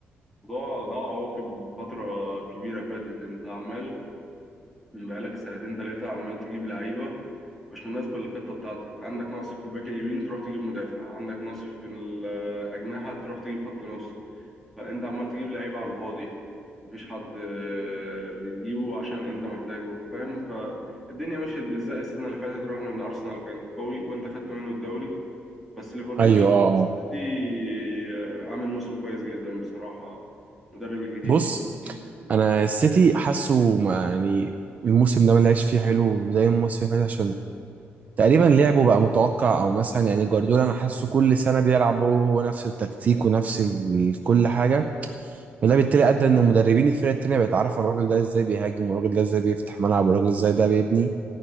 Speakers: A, in the centre; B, on the right (about 35°).
A: الموضوع ده عواقب فتره كبيره فاتت انت عمال بقالك سنتين تلاتة عمال تجيب لعيبة مش مناسبة للخطة بتاعتك عندك نقص في الباك اليمين تروح تجيب مدافع عندك نقص في الأجنحة تروح تجيب خط نص فأنت عمال تجيب لعيبة على الفاضي مفيش حد آه، بتجيبه عشان أنت محتاجه فاهم فالدنيا مشيت بالزق السنة اللي فاتت رغم إن أرسنال كان قوي وأنت خدت منه الدوري بس ليفربول
B: ايوه اه
A: السنة
B: آه.
A: دي آه، عامل موسم كويس جدا بصراحة المدرب الجديد
B: بص
A: بتاعهم
B: انا السيتي حاسه ما- يعني الموسم ده ما لعبش فيه حلو زي الموسم اللي فات عشان تقريبا لعبه بقى متوقع او مثلا يعني جوارديولا انا حاسه كل سنه بيلعب هو هو نفس التكتيك ونفس ال- كل حاجه وده بالتالي ادى ان المدربين الفرق التانيه بقت عارفه الراجل ده ازاي بيهاجم والراجل ده ازاي بيفتح ملعب والراجل ازاي ده بيبني